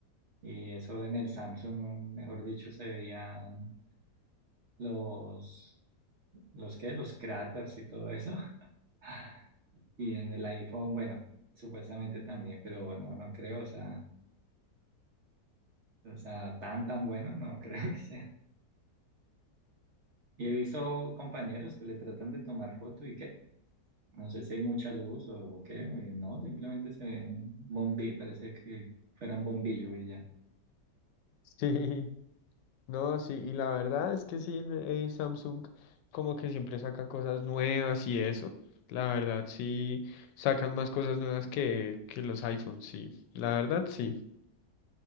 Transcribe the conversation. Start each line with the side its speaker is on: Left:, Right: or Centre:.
Right: Y eso en el Samsung, mejor dicho, se veían los, los qué, los cráteres y todo eso. <laughs> Y en el iPhone, bueno, supuestamente también, pero no, no creo, o sea, o sea, tan, tan bueno, no <laughs> creo que sea. Y he visto compañeros que le tratan de tomar foto y que No sé si hay mucha luz o, o qué, o no, simplemente se ve un bombillo, parece que fuera un bombillo y ya.
Left: Sí, <laughs> no, sí, y la verdad es que sí, eh, Samsung como que siempre saca cosas nuevas y eso. La verdad, sí, sacan más cosas nuevas que, que los iPhones, sí. La verdad, sí,